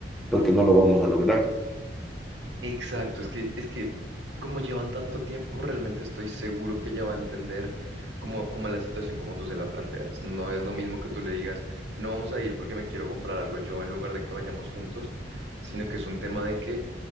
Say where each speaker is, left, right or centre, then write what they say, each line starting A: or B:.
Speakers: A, in the centre; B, on the right (about 85°).
A: porque no lo vamos a lograr.
B: Exacto, es que, es que como llevan tanto tiempo, realmente estoy seguro que ella va a entender. Como, como la situación como tú se la planteas. No es lo mismo que tú le digas, no vamos a ir porque me quiero comprar algo yo en lugar de que vayamos juntos, sino que es un tema de que